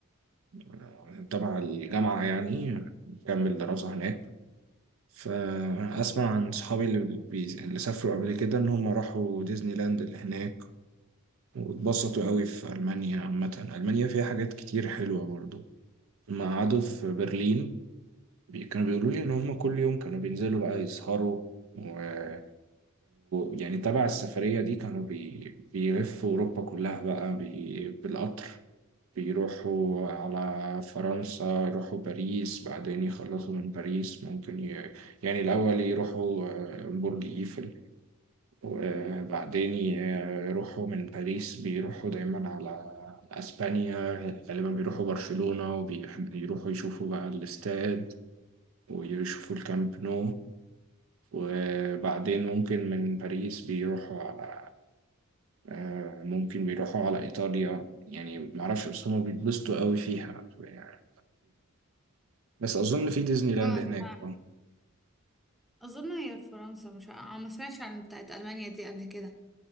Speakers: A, on the right; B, in the centre.
A: آه، تبع الجامعة يعني نكمل دراسة هناك فأسمع عن صحابي اللي, بي... اللي سافروا قبل كده إن هم راحوا ديزني لاند اللي هناك واتبسطوا قوي في ألمانيا عامة ألمانيا فيها حاجات كتير حلوة برضو لما قعدوا في برلين بي- كانوا بيقولوا لي إن هم كل يوم كانوا بينزلوا بقى يسهروا وكانوا يعني تبع السفرية دي كانوا بي... بيلفوا أوروبا كلها بقى بي... بالقطر بيروحوا على فرنسا يروحوا باريس بعدين يخلصوا من باريس ممكن ي... يعني الأول يروحوا آه، برج إيفل وبعدين ي- يروحوا من باريس بيروحوا دايما على أسبانيا غالبا بيروحوا برشلونة وبيروحوا يشوفوا بقى الاستاد ويشوفوا الكامب نو وبعدين ممكن من باريس بيروحوا على آه، ممكن بيروحوا على إيطاليا يعني معرفش بس هما بيتبسطوا قوي فيها يعني بس أظن في ديزني لاند
B: اه
A: هناك
B: انت
A: آه.
B: اظن هي في فرنسا مش ع- ما سمعتش عن بتاعت المانيا دي قبل كده